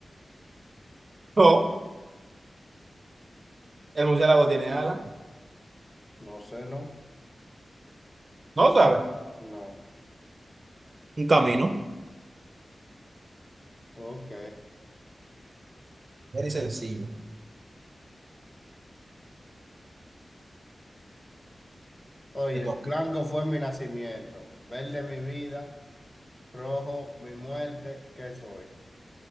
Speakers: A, on the right (about 45°); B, on the left (about 15°).
A: No, el murciélago tiene alas.
B: no sé, no,
A: No sabes.
B: no.
A: Un camino.
B: Ok.
A: Muy sencillo.
B: Oye,
A: Te toca.
B: blanco fue mi nacimiento, verde mi vida, rojo mi muerte, ¿qué soy?